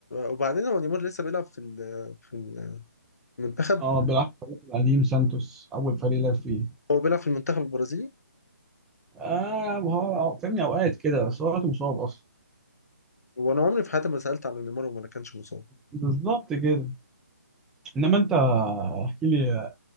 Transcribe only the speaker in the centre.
اه بيلعب في الفريق القديم سانتوس اول فريق لعب فيه
اه وهو فاهمني اوقات كده بس هو دلوقتي مصاب اصلا
بالظبط كده انما انت احكي لي